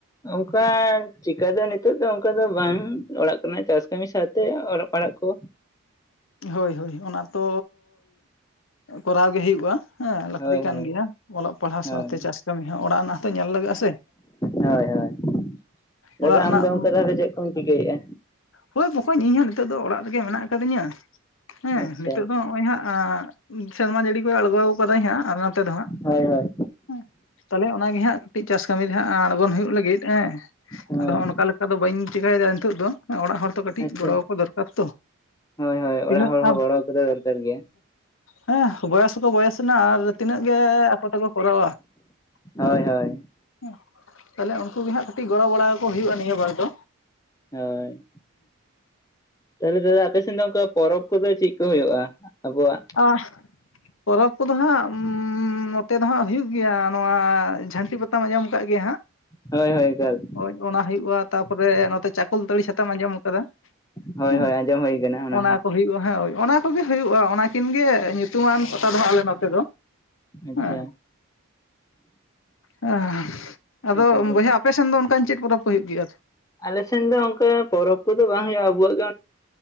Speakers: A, on the left; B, on the left.
A: <unintelligible> ᱱᱤᱛᱚᱜ ᱫᱚ ᱚᱱᱠᱟ ᱫᱚ ᱵᱟᱝ ᱚᱲᱟᱜ ᱠᱚᱨᱮᱱᱟᱜ ᱪᱟᱥ ᱠᱟᱹᱢᱤ ᱥᱟᱶᱛᱮ ᱚᱞᱚᱜ ᱯᱟᱲᱦᱟᱜ ᱠᱚ
B: ᱦᱳᱭ ᱦᱳᱭ ᱚᱱᱟ ᱛᱚ ᱠᱚᱨᱟᱣ ᱜᱮ ᱦᱩᱭᱩᱜᱼᱟ ᱦᱮᱸ ᱞᱟᱹᱠᱛᱤ
A: ᱦᱳᱭ
B: ᱠᱟᱱ
A: ᱦᱳᱭ
B: ᱜᱮᱭᱟ ᱚᱞᱚᱜ ᱯᱟᱲᱦᱟᱣ
A: ᱦᱳᱭ
B: ᱥᱟᱶᱛᱮ ᱪᱟᱥ ᱠᱟᱹᱢᱤ ᱦᱚᱸ ᱚᱲᱟᱜ ᱨᱮᱱᱟᱜ ᱦᱚᱸᱛᱚ ᱧᱮᱞ ᱞᱟᱜᱟᱜᱼᱟ ᱥᱮ
A: ᱦᱳᱭ ᱦᱳᱭ ᱫᱟᱫᱟ
B: ᱚᱲᱟᱜ ᱨᱮᱱᱟᱜ
A: ᱟᱢᱫᱚ ᱚᱱᱠᱟ ᱛᱟᱦᱚᱞᱮ ᱪᱮᱫ ᱠᱚᱢ ᱪᱤᱠᱟᱹᱭᱮᱫᱼᱟ
B: ᱦᱳᱭ ᱵᱚᱠᱚᱧ ᱤᱧ ᱱᱤᱛᱚᱜ ᱫᱚ ᱚᱲᱟᱜ ᱨᱮᱜᱮ ᱢᱮᱱᱟᱜ ᱟᱠᱟᱫᱤᱧᱟᱹ ᱦᱮᱸ
A: ᱟᱪᱪᱷᱟ
B: ᱱᱤᱛᱚᱜ ᱫᱚ ᱱᱚᱜᱼᱚᱭ ᱦᱟᱸᱜ ᱥᱮᱨᱢᱟ ᱡᱟᱹᱲᱤ ᱠᱚᱭ ᱟᱬᱜᱚ ᱠᱟᱫᱟᱭ ᱦᱟᱸᱜ ᱟᱨ ᱱᱚᱛᱮ ᱫᱚ ᱦᱟᱸᱜ
A: ᱦᱳᱭ ᱦᱳᱭ
B: ᱦᱮᱸ ᱛᱟᱦᱞᱮ ᱚᱱᱟᱜᱮ ᱦᱟᱸᱜ ᱠᱟᱹᱴᱤᱡ ᱪᱟᱥ ᱠᱟᱹᱢᱤ ᱫᱚ ᱦᱟᱜ ᱟᱬᱜᱚᱱ ᱦᱩᱭᱩᱜ ᱞᱟᱹᱜᱤᱫ ᱦᱮᱸ
A: ᱦᱳᱭ
B: ᱟᱫᱚ ᱚᱱᱠᱟ ᱞᱮᱠᱟ ᱫᱚ ᱵᱟᱹᱧ ᱪᱤᱠᱟᱹᱭᱮᱫᱟ ᱱᱤᱛᱚᱜ ᱫᱚ ᱚᱲᱟᱜ ᱦᱚᱲ ᱛᱚ ᱠᱟᱹᱴᱤᱡ
A: ᱟᱪᱪᱷᱟ
B: ᱜᱚᱲᱚ ᱟᱠᱚ ᱫᱚᱨᱠᱟᱨ ᱛᱚ
A: ᱦᱳᱭ ᱦᱳᱭ ᱚᱲᱟᱜ
B: ᱛᱤᱱᱟᱹᱜ
A: ᱦᱚᱲ
B: <inaudible>
A: ᱦᱚᱸ ᱜᱚᱲᱚ ᱠᱚᱫᱚ ᱫᱚᱨᱠᱟᱨ ᱜᱮᱭᱟ
B: ᱦᱮᱸ ᱵᱚᱭᱮᱥ ᱦᱚᱸᱠᱚ ᱵᱚᱭᱮᱥ ᱮᱱᱟ ᱟᱨ ᱛᱤᱱᱟᱹᱜ ᱜᱮ ᱟᱠᱚ ᱛᱮᱠᱚ ᱠᱚᱨᱟᱣᱟ
A: ᱦᱳᱭ
B: ᱦᱮᱸ
A: ᱦᱳᱭ
B: ᱦᱮᱸ ᱛᱟᱦᱞᱮ ᱩᱱᱠᱩ ᱜᱮ ᱦᱟᱸᱜ ᱠᱟᱹᱴᱤᱡ ᱜᱚᱲᱚ ᱵᱟᱲᱟᱠᱚ ᱦᱩᱭᱩᱜᱼᱟ ᱱᱤᱭᱟᱹ ᱵᱟᱨ ᱫᱚ
A: ᱦᱳᱭ ᱛᱟᱦᱞᱮ ᱫᱟᱫᱟ ᱟᱯᱮ ᱥᱮᱫ ᱫᱚ ᱚᱝᱠᱟ ᱯᱚᱨᱚᱵᱽ ᱠᱚᱫᱚ ᱪᱮᱫ ᱠᱚ ᱦᱩᱭᱩᱜᱼᱟ ᱟᱵᱚᱣᱟᱜ
B: ᱟ ᱯᱚᱨᱚᱵᱽ ᱠᱚᱫᱚ ᱦᱟᱸᱜ ᱱᱚᱛᱮ ᱫᱚ ᱦᱟᱸᱜ ᱦᱩᱭᱩᱜ ᱜᱮᱭᱟ ᱱᱚᱣᱟ ᱡᱷᱟᱹᱱᱴᱤ ᱯᱟᱛᱟᱢ ᱟᱸᱡᱚᱢ ᱟᱠᱟᱫ ᱜᱮᱭᱟ ᱦᱟᱸᱜ
A: ᱦᱳᱭ ᱦᱳᱭ ᱦᱳᱭ
B: ᱦᱳᱭ ᱚᱱᱟ ᱦᱩᱭᱩᱜᱼᱟ ᱛᱟᱨᱯᱚᱨᱮ ᱱᱚᱛᱮ ᱪᱟᱠᱚᱞᱛᱟᱹᱲᱤ ᱪᱷᱟᱛᱟᱢ ᱟᱸᱡᱚᱢ ᱠᱟᱫᱟ
A: ᱦᱳᱭ
B: ᱦᱮᱸ
A: ᱦᱳᱭ ᱟᱸᱡᱚᱢ ᱦᱩᱭ ᱠᱟᱱᱟ
B: ᱚᱱᱟ
A: ᱦᱚᱸ
B: ᱠᱚ ᱦᱩᱭᱩᱜᱼᱟ ᱦᱳᱭ ᱚᱱᱟ ᱠᱚᱜᱮ ᱦᱩᱭᱩᱜᱼᱟ ᱚᱱᱟ ᱠᱤᱱ ᱜᱮ ᱧᱩᱛᱩᱢᱟᱱ ᱯᱟᱛᱟ ᱫᱚ ᱟᱞᱮ ᱱᱚᱛᱮ ᱫᱚ
A: ᱟᱪᱪᱷᱟ
B: ᱦᱮᱸ ᱦᱮᱸ ᱟᱫᱚ
A: ᱛᱟᱦᱚᱞᱮ
B: ᱵᱚᱭᱦᱟ ᱟᱯᱮᱥᱮᱱ ᱫᱚ ᱚᱱᱠᱟᱱ ᱪᱮᱫ ᱯᱚᱨᱚᱵᱽ ᱠᱚ ᱦᱩᱭᱩᱜ ᱜᱮᱭᱟ
A: ᱟᱞᱮᱥᱮᱱ ᱫᱚ ᱚᱱᱠᱟ ᱯᱚᱨᱚᱵᱽ ᱠᱚᱫᱚ ᱵᱟᱝ ᱦᱩᱭᱩᱜᱼᱟ ᱟᱵᱚᱣᱟᱜ